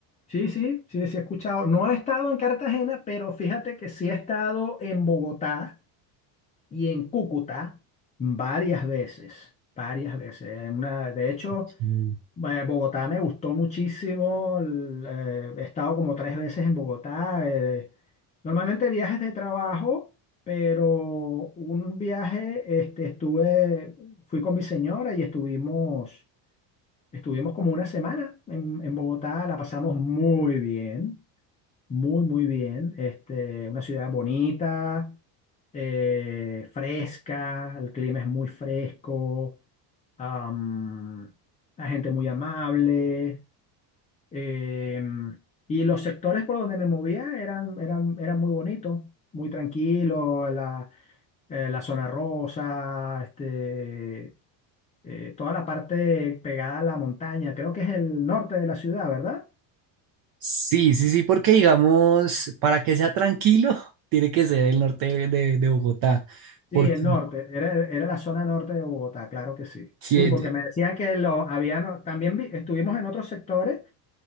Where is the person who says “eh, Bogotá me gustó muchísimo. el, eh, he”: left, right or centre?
Left